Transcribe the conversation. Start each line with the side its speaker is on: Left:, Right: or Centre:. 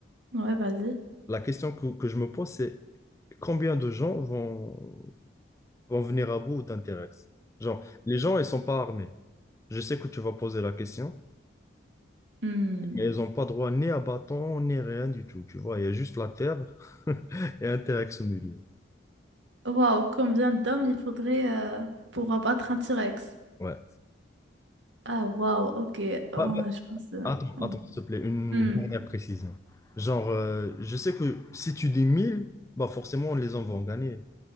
Right: mhm. Ouais, vas-y.
Left: La question que, que je me pose, c'est combien de gens vont, vont venir à bout d'intéresse. Genre, les gens, ils sont pas armés. Je sais que tu vas poser la question,
Right: Hmm.
Left: et ils n'ont pas droit ni à bâton, ni rien du tout. Tu vois, il y a juste la terre <laughs> et Interex au milieu.
Right: Waouh, combien d'hommes il faudrait euh, pour abattre un T-Rex?
Left: Ouais.
Right: Ah, waouh, ok. Oh,
Left: Bah, bah,
Right: je pense. euh,
Left: attends,
Right: oh.
Left: attends, s'il te plaît, une
Right: Hmm.
Left: dernière précision. Genre, euh, je sais que si tu dis 1000, bah forcément, les gens vont gagner.